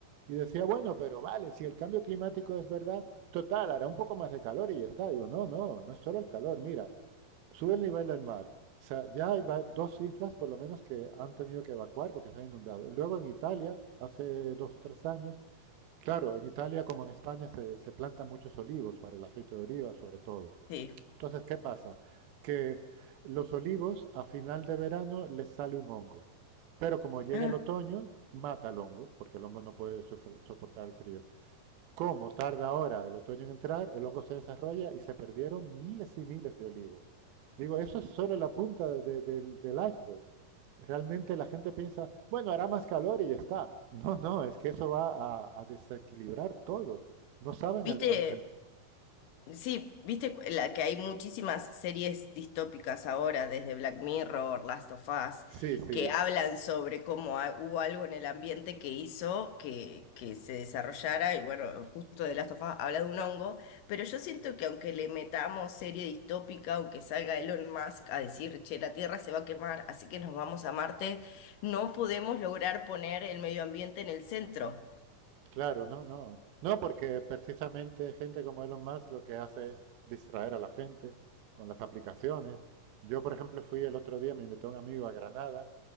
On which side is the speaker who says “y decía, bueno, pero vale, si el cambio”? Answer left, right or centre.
Right